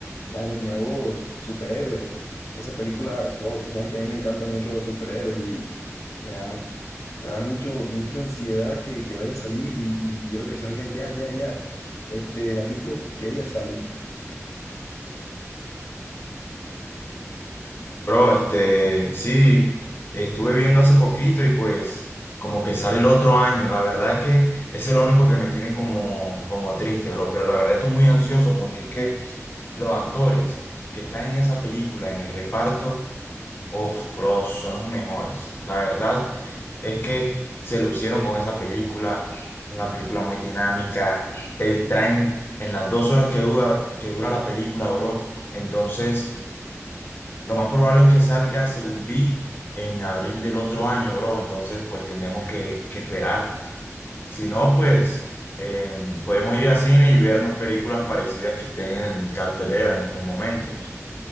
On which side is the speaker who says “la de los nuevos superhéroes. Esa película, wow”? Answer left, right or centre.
Left